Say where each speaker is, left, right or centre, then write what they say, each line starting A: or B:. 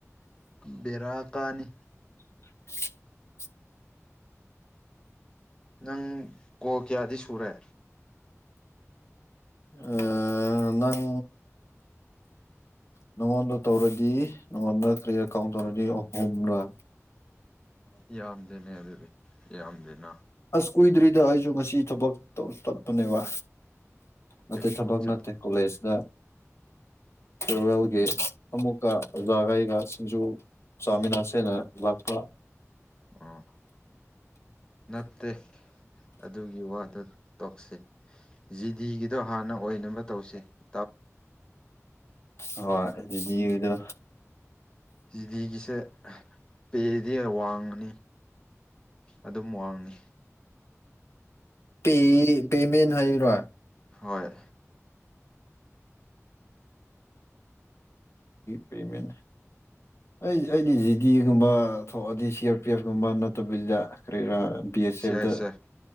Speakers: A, on the left; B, on the left.
A: ꯕꯦꯔꯥ ꯀꯥꯅꯤ
B: <unintelligible>
A: ꯅꯪ ꯀꯣꯜ ꯀꯌꯥꯗꯤ ꯁꯨꯔꯦ
B: ꯑꯥ ꯅꯪ ꯅꯪꯉꯣꯟꯗ ꯇꯧꯔꯗꯤ ꯅꯪꯉꯣꯟꯗ ꯀꯔꯤꯑꯩꯀꯥꯎ ꯇꯧꯔꯗꯤ ꯑꯍꯨꯝꯔꯥ
A: ꯌꯥꯝꯗꯦꯅꯦ ꯑꯗꯨꯗꯤ ꯌꯥꯝꯗꯦꯅ
B: ꯀꯨꯏꯗꯔꯤꯗ ꯑꯩꯁꯨ ꯉꯁꯤ ꯊꯕꯛꯇꫭ ꯇꯠꯄꯅꯦꯕ ꯅꯠꯇ‍ꯦ
A: ꯀꯩ
B: ꯊꯕꯛ
A: ꯆꯠꯄ
B: ꯅꯠꯇ‌ꯦ ꯀꯣꯂꯦꯖꯇ ꯐ‌ꯦꯋ‌ꯦꯜꯒꯤ
A: ꯎꯝ
B: ꯑꯃꯨꯛ ꯑꯣꯖꯥꯒꯩꯒ ꯁꯤꯡꯖꯨ ꯆꯥꯃꯤꯟꯅꯥꯁꯦꯅ ꯂꯥꯛꯄ
A: ꯑꯣ ꯅꯠꯇꯦ ꯑꯗꯨꯒꯤ ꯋꯥꯗꯨ ꯇꯣꯛꯁꯤ ꯖꯤꯗꯤꯒꯤꯗꯣ ꯍꯥꯟꯅ ꯑꯣꯏꯅꯕ ꯇꯧꯁꯤ ꯎ
B: ꯑ ꯑꯗꯨꯗꯤꯗ
A: ꯆꯤꯗꯤꯒꯤꯁꯦ ꯄꯦꯗꯤ ꯋꯥꯡꯉꯅꯤ ꯑꯗꯨꯝ ꯋꯥꯡꯉꯤ
B: ꯄꯦ ꯄꯦꯃꯦꯟ ꯍꯥꯏꯔꯣ
A: ꯍꯣꯏ
B: ꯄꯦꯃꯦꯟ ꯑꯩ ꯑꯩꯗꯤ ꯖꯤꯗꯤꯒꯨꯝꯕ ꯊꯣꯛꯑꯗꯤ ꯁꯤ ꯑꯥꯔ ꯄꯤ ꯑꯦꯐ ꯀꯨꯝꯕ ꯅꯠꯇꯕꯤꯗ ꯀꯔꯤꯔꯥ ꯕꯤ ꯑꯦꯁ
A: ꯁꯤ
B: ꯑꯦꯐꯇ
A: ꯌꯥꯏꯁꯦ